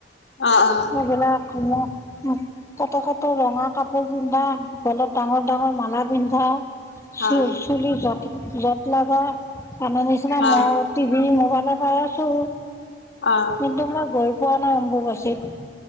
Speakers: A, on the left; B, on the left.
A: অ অ।
B: এইবিলাক সময় <unintelligible> কটো ৰঙা কাপোৰ পিন্ধা, গলত ডাঙৰ ডাঙৰ মালা পিন্ধা
A: হয়
B: চিল চুলি যত, যত লাগা <unintelligible> নিচিনা
A: হয়
B: মই টিভি মোবাইলে পাই আছো।
A: অ
B: কিন্তু মই গৈ পোৱা নাই অম্বুবাছিত।